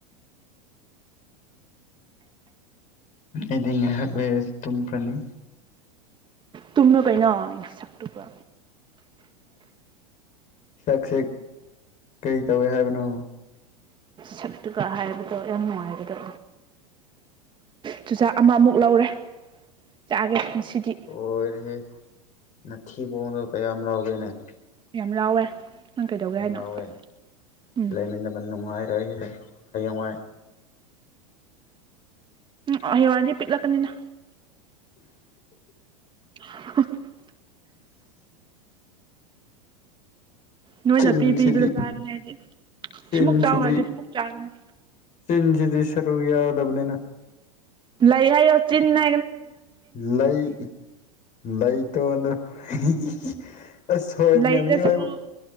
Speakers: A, on the left; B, on the right.
A: ꯑꯩꯗꯤ ꯉꯥꯏꯍꯥꯛ ꯂꯩꯔꯁꯨ ꯇꯨꯝꯈ꯭ꯔꯅꯤ
B: ꯇꯨꯝꯃꯨ ꯀꯩꯅꯣ ꯅꯁꯛ ꯇꯨꯒ
A: ꯁꯛꯁꯦ ꯀꯔꯤ ꯇꯧꯋꯦ ꯍꯥꯏꯕꯅꯣ
B: ꯁꯛꯇꯨꯒ ꯍꯥꯏꯕꯗꯣ ꯌꯥꯝ ꯅꯨꯡꯉꯥꯏꯕꯗꯣ ꯆꯨꯖꯥꯛ ꯑꯃꯃꯨꯛ ꯂꯧꯔꯦ ꯆꯥꯒꯦ ꯉꯁꯤꯗꯤ
A: ꯂꯣꯏꯔꯦ ꯍꯦ ꯅꯊꯤꯕꯣꯡꯗꯣ ꯀꯌꯥꯝ ꯂꯥꯎꯒꯦꯅꯪ
B: ꯌꯥꯝ ꯂꯥꯎꯋꯦ ꯅꯪ ꯀꯩꯗꯧꯒꯦ
A: ꯌꯥꯝ
B: ꯍꯥꯏꯅꯣ
A: ꯂꯥꯎꯋꯦ
B: ꯎꯝ
A: ꯂꯩꯃꯤꯟꯅꯕ ꯅꯨꯡꯉꯥꯏ ꯔꯣꯏ ꯍꯌꯦꯡꯋꯥꯏ
B: ꯎꯝ ꯍꯌꯦꯡꯋꯥꯏꯗꯤ ꯄꯤꯛꯂꯛꯀꯅꯤꯅ ꯍꯍꯍꯍ ꯅꯣꯏꯅ
A: ꯆꯤꯟꯁꯤꯗꯤ
B: ꯄꯤ ꯄꯤꯕꯗ ꯆꯥꯒꯅꯤ ꯍꯥꯏꯗꯤ
A: ꯆꯤꯟꯁꯤꯗꯤ
B: ꯁꯤꯃꯨꯛ ꯆꯥꯎ ꯍꯥꯏꯔꯗꯤ ꯁꯤꯃꯨꯛ ꯆꯥꯒꯅꯤ
A: ꯆꯤꯟꯁꯤꯗꯤ ꯁꯔꯨ ꯌꯥꯗꯕꯅꯦꯅ
B: ꯂꯩ ꯍꯥꯏꯑꯣ ꯆꯤꯟꯅ
A: ꯂꯩ ꯂꯩ ꯇꯣꯟꯗ <inaudible> <unintelligible> ꯑꯁ ꯍꯣꯏꯕꯅꯦ
B: ꯂꯩꯗ
A: ꯃꯤ
B: ꯁꯔꯨ
A: ꯑꯣꯏ